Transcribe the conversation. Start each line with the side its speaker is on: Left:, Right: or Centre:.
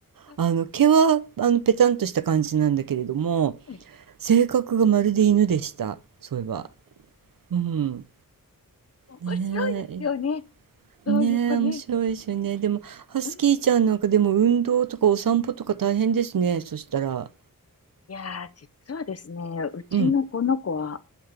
Left: う
Right: あの毛はあのペタンとした感じなんだけれども
Left: ん
Right: 性格がまるで犬でした、そういえば。うん。
Left: 面白いですよね。
Right: ねえ、
Left: そういう子ね。
Right: ねえ、面白いですよね。でも、ハスキーちゃんなんかでも運動とかお散歩とか大変ですね。
Left: うん。
Right: そしたら。
Left: いやー、実はですね、うちのこの子は
Right: うん。